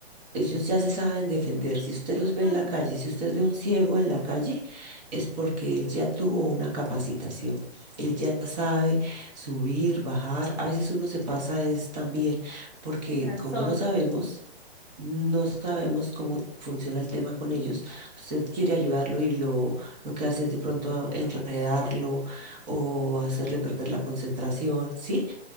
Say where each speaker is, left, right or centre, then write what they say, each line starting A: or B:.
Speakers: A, on the right; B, in the centre.
A: ellos ya se saben defender. Si usted los ve
B: mm,
A: en la calle, si usted ve a un ciego en la calle, es porque él ya tuvo una capacitación. Él ya sabe subir, bajar. A veces uno se pasa es también porque
B: de canzón.
A: como no sabemos no sabemos cómo funciona el tema con ellos. Usted quiere ayudarlo y lo, lo que hace es de pronto enredarlo o hacerle perder la concentración, ¿sí?